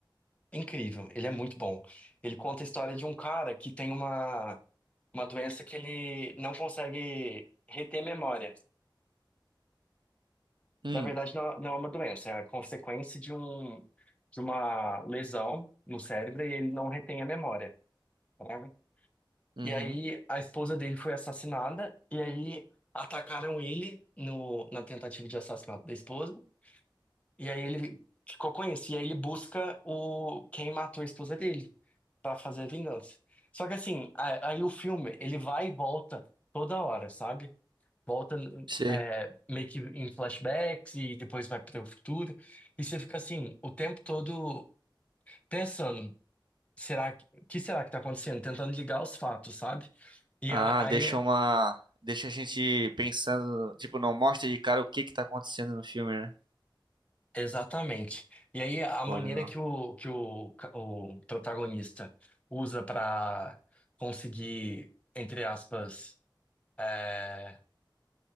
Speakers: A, on the left (about 15°); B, on the right (about 65°).
A: incrível. Ele é muito bom. Ele conta a história de um cara que tem uma, uma doença que ele não consegue reter memória.
B: Hum,
A: Na verdade, não, não é uma doença, é a consequência de um, de uma lesão no cérebro e ele não retém a memória. né?
B: uhum,
A: E aí, a esposa dele foi assassinada, e aí atacaram ele no, na tentativa de assassinato da esposa. E aí ele ficou com isso. E aí ele busca o quem matou a esposa dele pra fazer a vingança. Só que assim, a- aí o filme, ele vai e volta toda hora, sabe? Volta
B: sei.
A: é, meio que em flashbacks e depois vai pro futuro. E você fica assim, o tempo todo pensando, será que, que será que tá acontecendo? Tentando ligar os fatos, sabe? E
B: Ah,
A: a- aí
B: deixa uma. Deixa a gente pensando. Tipo, não mostra de cara o que que tá acontecendo no filme, né?
A: Exatamente. E aí a maneira
B: Pô, legal.
A: que o, que o, ca- o protagonista usa para conseguir, entre aspas, é,